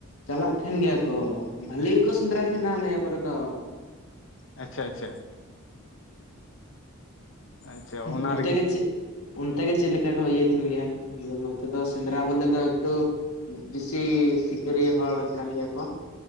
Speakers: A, on the left; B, on the left.
A: ᱪᱟᱞᱟᱜ ᱛᱟᱦᱮᱸᱱ ᱜᱮᱭᱟ ᱠᱚ᱾ ᱵᱷᱟᱹᱞᱤ ᱜᱮᱠᱚ ᱥᱮᱸᱫᱽᱨᱟᱭ ᱛᱟᱦᱮᱸᱱᱟ᱾ ᱱᱤᱭᱟᱹ ᱠᱚᱨᱮ ᱫᱚ
B: ᱟᱪᱪᱷᱟ, ᱟᱪᱪᱷᱟ᱾ ᱟᱪᱪᱷᱟ ᱚᱱᱟ
A: ᱚᱱᱛᱮ
B: ᱨᱮᱜᱮ
A: ᱜᱮ ᱪᱮᱫ ᱚᱱᱛᱮ ᱜᱮ ᱪᱮᱫ ᱞᱮᱠᱟ ᱠᱚ ᱤᱭᱟᱹᱭ ᱛᱟᱦᱮᱸᱱ ᱜᱮᱭᱟ᱾ ᱱᱚᱛᱮ ᱫᱚ ᱥᱮᱸᱫᱽᱨᱟ ᱵᱚᱞᱮ ᱫᱚ ᱮᱠᱴᱩ ᱵᱤᱥᱤ ᱥᱤᱠᱟᱹᱨᱤᱭᱟᱹ ᱦᱚᱲ ᱠᱟᱱ ᱜᱮᱭᱟ ᱠᱚ᱾